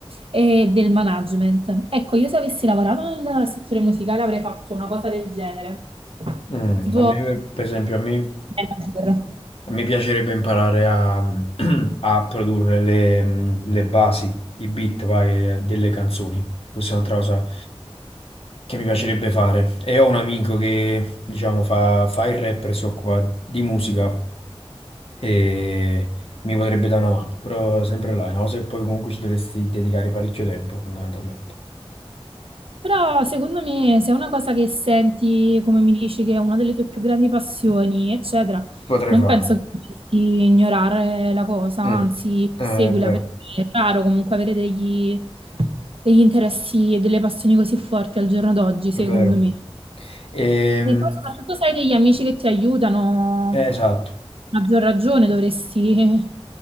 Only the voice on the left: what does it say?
mm.
A me, per esempio, a me
Mi piacerebbe imparare a, <clears throat> a produrre le, le basi, i beat, vai, delle canzoni. Questa è un'altra cosa che mi piacerebbe fare. E ho un amico che, diciamo, fa, fa il rapper e si occupa di musica e mi potrebbe dare una mano, però sempre là, è una cosa che poi comunque ci dovresti dedicare parecchio tempo, fondamentalmente.
Potrei
farlo.
Mm.
Eh,
È vero,
è
vero.
Ehm,
eh, esatto,